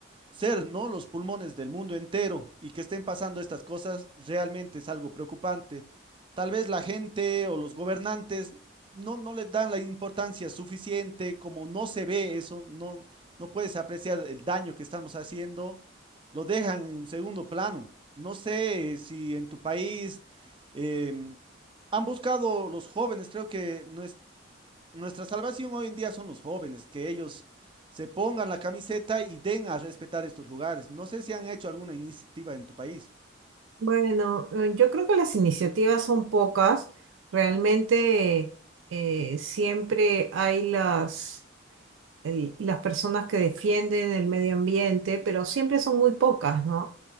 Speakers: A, on the right (about 25°); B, on the right (about 80°).
A: ser, ¿no? Los pulmones del mundo entero y que estén pasando estas cosas realmente es algo preocupante. Tal vez la gente o los gobernantes no, no le dan la importancia suficiente, como no se ve eso, no, no puedes apreciar el daño que estamos haciendo, lo dejan en un segundo plano. No sé si en tu país eh, han buscado los jóvenes, creo que no es nuestra salvación hoy en día son los jóvenes, que ellos se pongan la camiseta y den a respetar estos lugares. No sé si han hecho alguna iniciativa en tu país.
B: Bueno, eh, yo creo que las iniciativas son pocas. Realmente eh, siempre hay las, el- las personas que defienden el medio ambiente, pero siempre son muy pocas, ¿no?